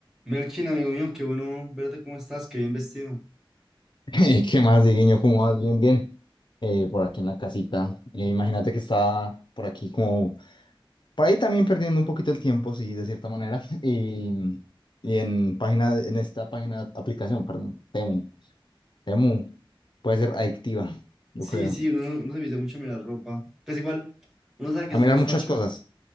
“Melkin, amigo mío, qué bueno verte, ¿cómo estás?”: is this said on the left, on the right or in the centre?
Centre